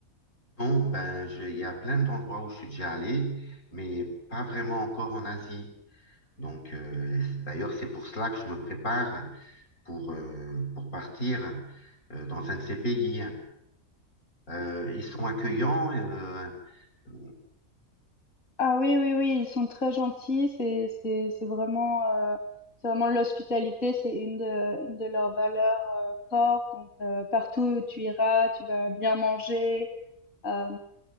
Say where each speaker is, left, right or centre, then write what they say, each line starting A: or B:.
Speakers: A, on the left; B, on the left.
A: Bon, ben, je- il y a plein d'endroits où je suis déjà allé, mais pas vraiment encore en Asie. Donc, euh, d'ailleurs, c'est pour cela que je me prépare pour, euh, pour partir euh, dans un de ces pays. Euh, ils sont accueillants. euh, euh,
B: Ah oui, oui, oui, ils sont très gentils, c'est, c'est, c'est vraiment, euh, c'est vraiment l'hospitalité, c'est une de, une de leurs valeurs, euh, corps, donc, euh, partout où tu iras, tu vas bien manger, Euh,